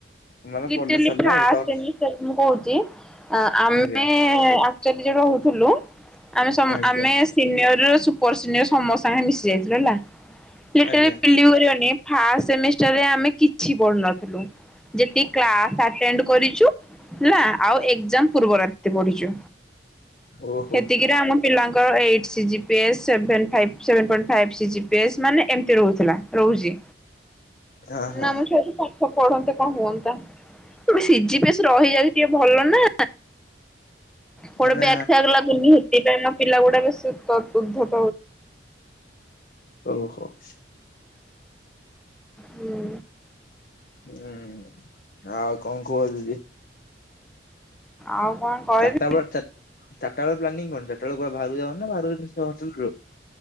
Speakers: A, on the left; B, in the centre.
A: ମାନେ ପଢିଲେ
B: ଇଟିଲି
A: ସରିଲା
B: <unintelligible>
A: ଆଉ ଟପ୍
B: ସେ ମୁଁ କହୁ ଚି ଆମେ
A: ଆଜ୍ଞା
B: ଆକ୍ଚଲିରେ ରହୁଥିଲୁ। ଆମେ ସ
A: ଆଜ୍ଞା
B: ଆମେ ସିନିୟର ସୁପର ସିନିୟର ସମସ୍ତ ସାଙ୍ଗେ ମିଶି ଯାଇଥିଲୁ ହେଲା। ଲିଟ୍ରାରି
A: ଆଜ୍ଞା
B: ବିଲିଭି କରିବନି ଫାସେମିଷ୍ଟର୍ ରେ ଆମେ କିଛି ପଢୁନଥିଲୁ। ଯେତିକି କ୍ଲାଶ୍ ଆଟେଣ୍ଟ କରି ହେଲା ଆଉ ଏକ୍ଜାମ ପୂର୍ବ ରାତି ପଢିଚୁ।
A: ଓହୋ
B: ସେତିକିରେ ଆମ ପିଲାଙ୍କର ଏଇଟ୍ ସିଜି pace seven five seven point ଶିଜି PS ମାନେ ଏମିତି ରହୁଥିଲ ରହୁଚି।
A: ଆହା
B: ନା ଆମ୍ ଛୁଆ ପାଠ ପଢନ୍ତେ କଣ ହୁଅନ୍ତା। ସିଝି ପିଏସ୍ ରହିଯାଉଚି ଟିକେ ଭଲ ନା କୋଡ
A: ମାନେ
B: ବ୍ୟାଗ ଫ୍ୟାଗ ଲାଗୁନି ହେଥିପାଇଁ ପିଲ ଗୁଡା ବେଶୀ ଉତ ଉଦ୍ଧ
A: ଓହୋ।
B: ହୁଁ।
A: ହୁଁ ଆଉ କଣ କୁହ ଦିଦି।
B: ଆଉ। କଣ କହିବି?
A: ଚାରିଟା ବେଳେ ଚା ଚାରିଟା ବେଳେ ପ୍ଲାନିଂ କଣ ଚାରିଟା ବେଳେ କୁଆଡେ ବାହାରକୁ ଯାଅ ନା ବା ହଷ୍ଟେଲ୍ ରେ ରୁହ।